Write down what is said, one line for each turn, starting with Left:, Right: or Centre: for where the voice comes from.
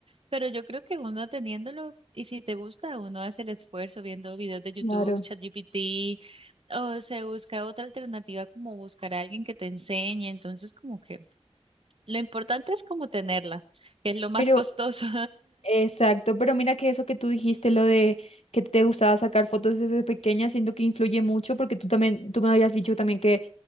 Right: pero yo creo que uno teniéndolo y si te gusta, uno hace el esfuerzo viendo videos de YouTube,
Left: Claro.
Right: ChatGPT, o se busca otra alternativa como buscar a alguien que te enseñe, entonces como que lo importante es como tenerla, que es lo más
Left: pero
Right: costoso.
Left: Exacto, pero mira que eso que tú dijiste, lo de que te gustaba sacar fotos desde pequeña, siento que influye mucho porque tú también, tú me habías dicho también que